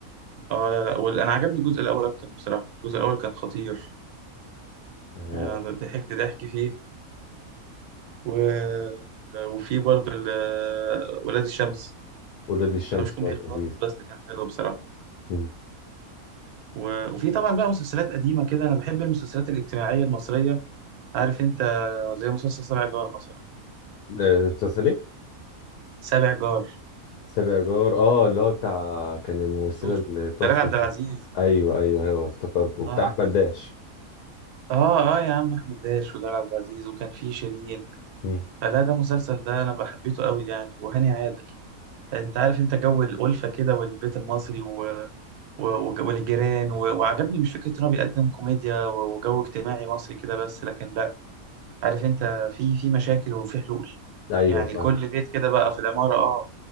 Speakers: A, on the right; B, on the left.
A: اه لا لا وال- أنا عجبني الجزء الأول أكتر بصراحة الجزء الأول كان خطير
B: آه
A: أنا ضحكت ضحك فيه و... وفي برضه ال- ولاد الشمس
B: ولاد الشمس
A: انا مش كوميدي
B: برضه
A: خالص
B: لذيذ
A: بس كان حلو بصراحه
B: مم.
A: و... وفي طبعا بقى مسلسلات قديمه كده انا بحب المسلسلات الاجتماعيه المصريه عارف انت زي مسلسل سبع جار مثلا
B: ده مسلسل ايه؟
A: سابع جار
B: سابع جار اه اللي هو بتاع كان الممثلة
A: شفتوش
B: اللي
A: ولا إيه؟
B: توفت
A: دلال عبد
B: دي
A: العزيز
B: ايوه ايوه ايوه افتكرته بتاع
A: اه
B: احمد داش
A: اه اه يا عم احمد داش ودلال عبد العزيز وكان في شيرين
B: مم.
A: فلا ده مسلسل ده انا بحبيته قوي يعني وهاني عادل انت عارف انت جو الألفة كده والبيت المصري و- وج- والجيران و- وعجبني مش فكرة إن هو بيقدم كوميديا و- وجو اجتماعي مصري كده بس لكن لأ عارف أنت في في مشاكل وفي حلول
B: ايوه
A: يعني
B: فاهم
A: كل بيت كده بقى في العمارة آه